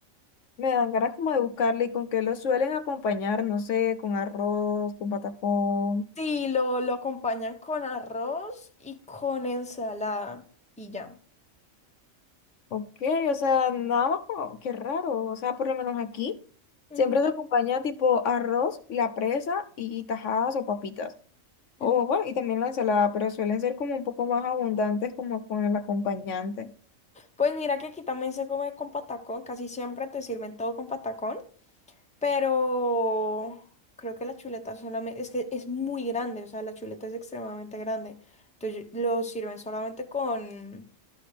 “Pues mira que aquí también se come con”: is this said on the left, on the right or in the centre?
Centre